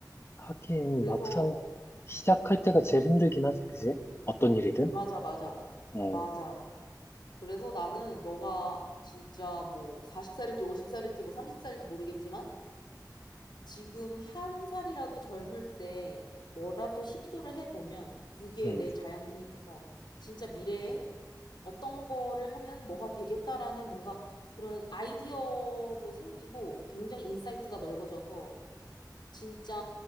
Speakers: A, on the left; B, on the left.
A: 하긴
B: 그래서,
A: 막상 시작할 때가 제일 힘들긴 하지, 그지? 어떤 일이든.
B: 맞아, 맞아,
A: 어,
B: 맞아. 그래서 나는 너가 진짜 뭐 40살일지 50살일지 뭐 30살일지 모르겠지만, 지금 한 살이라도 젊을 때 뭐라도 시도를 해보면 그게
A: 음.
B: 내 자양분이 돼서 진짜 미래에 어떤 거를 하면 뭐가 되겠다라는 뭔가 그런 아이디어도 생기고 굉장히 인사이트가 넓어져서 진짜